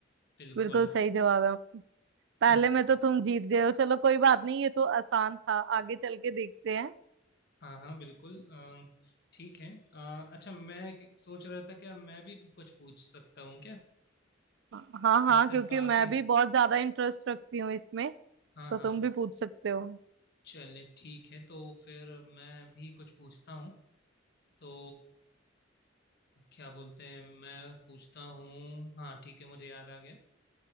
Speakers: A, on the left; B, on the right.
A: बिल्कुल
B: बिल्कुल सही जवाब है पहले
A: अच्छा
B: में तो तुम जीत गए हो चलो कोई बात नहीं ये तो आसान था आगे चल के देखते हैं
A: हाँ हाँ बिल्कुल अम, ठीक है अ, अच्छा मैं एक- सोच रहा था क्या मैं भी कुछ पूछ सकता हूँ क्या
B: हाँ हाँ
A: या सिर्फ
B: क्योंकि
A: आप
B: मैं
A: ही
B: भी बहुत ज्यादा इंटरेस्ट रखती हूँ इसमें
A: हाँ
B: तो
A: हाँ
B: तुम भी पूछ सकते हो
A: चले ठीक है तो फिर मैं भी कुछ पूछता हूँ तो क्या बोलते हैं मैं पूछता हूँ हाँ ठीक है मुझे याद आ गया